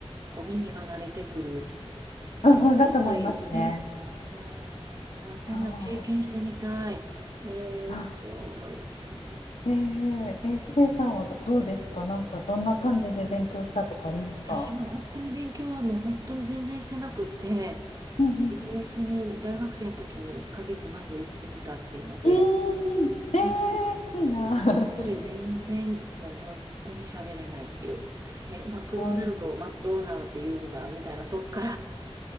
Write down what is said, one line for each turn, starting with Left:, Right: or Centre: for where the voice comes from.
Right: こう、耳が慣れてくる
Left: <laughs> うんうん、
Right: って、
Left: だと思いますね。
Right: やっぱりね、うん、わ、そんなん経験してみたい。
Left: そ
Right: えー、
Left: う。うん
Right: すごい。うん
Left: えー、えー、ちえさんはど、どうですかなんかどんな感じで勉強したとかありますか
Right: 私も本当に勉強はもう本当に全然してなくって、
Left: うんうん
Right: イギリスに大学生の時に1ヶ月まず行ってみたっていうので、
Left: うん。うーん、え
Right: で、こ
Left: ー、いいな。
Right: こで全然もう本当に喋れないっていう、え、マクドナルドをマクドーナルって言うんだみたいな、
Left: <laughs>
Right: そっから <laughs>